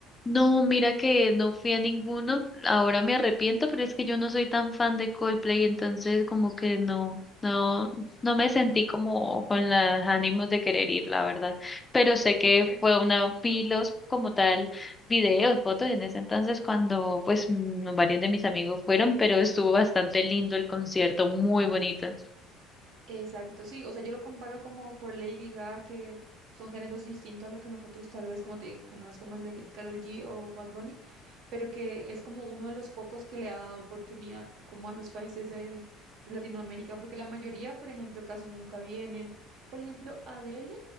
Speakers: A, on the left; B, on the right.
A: No, mira que no fui a ninguno. Ahora me arrepiento, pero es que yo no soy tan fan de Coldplay, entonces como que no, no, no me sentí como con los ánimos de querer ir, la verdad. Pero sé
B: Ok.
A: que fue una, vi los como tal videos, fotos en ese entonces cuando pues mm, varios de mis amigos fueron, pero estuvo bastante lindo el concierto, muy bonito.
B: Exacto, sí, o sea, yo lo comparo como por Lady Gaga, que son géneros distintos a lo que nosotros tal vez, como te digo, que no es como el de Karol G o Bad Bunny, pero que es como uno de los pocos que le ha dado oportunidad como a los países de, de Latinoamérica, porque la mayoría, por ejemplo, casi nunca vienen. Por ejemplo, Adele,